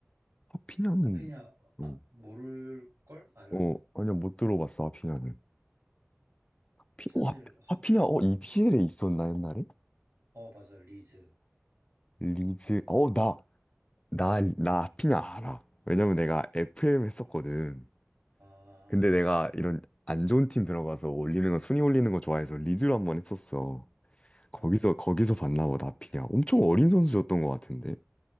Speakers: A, on the left; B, on the right.
A: 하피냐는
B: 하피냐,
A: 어.
B: 아, 모를 걸? 알라나?
A: 어, 아니야, 못 들어봤어, 하피냐는. 피,
B: 사실,
A: 오, 하,
B: 하,
A: 피냐 어,
B: 어,
A: EPL에 있었나, 옛날에?
B: 어, 맞아, 리즈.
A: 리즈, 어, 나, 나, 나 하피냐 알아. 왜냐면 내가 FM 했었거든.
B: 아,
A: 근데 내가 이런 안 좋은 팀 들어가서 올리는 거, 순위 올리는 거 좋아해서 리즈로 한 번 했었어.
B: 어,
A: 거기서, 거기서 봤나 보다, 하피냐. 엄청 어린 선수였던 것 같은데.